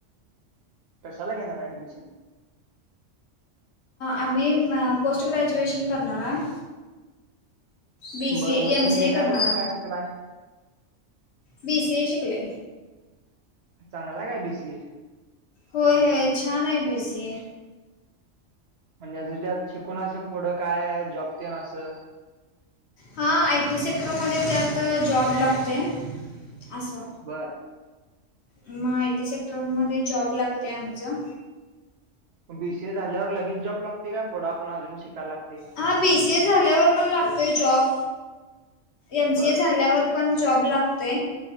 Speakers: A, on the right; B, on the left.
A: कशाला घेणार ऍडमिशन
B: आम्ही पोस्ट ग्रॅज्युएशन करणार आहे बी सी
A: बरं
B: ए
A: मग
B: एम
A: तुम्ही
B: सी
A: ह्याच्याबद्दल
B: ए करणार
A: काय शिकलाय
B: बीसीए शिकले
A: चांगला काय बीसीए
B: होय होय छान आहे बीसी ए
A: म्हणजे त्यात शिकून असं पुढं काय जॉबते ना असं
B: हा आय टी सेक्टरमध्येध्ये त्यात जॉब लागतोय असं
A: बरं
B: मग आयटी सेक्टरमध्येध्ये जॉब लागतेय आमचं
A: बीसीए झाल्यावर लगेच जॉब लागते का पुढा पण अजून शिकायला लागते
B: हा बीसीए झाल्यावर पण लागतोय जॉब एमसीए
A: बर
B: झाल्यावर पण जॉब लागतंय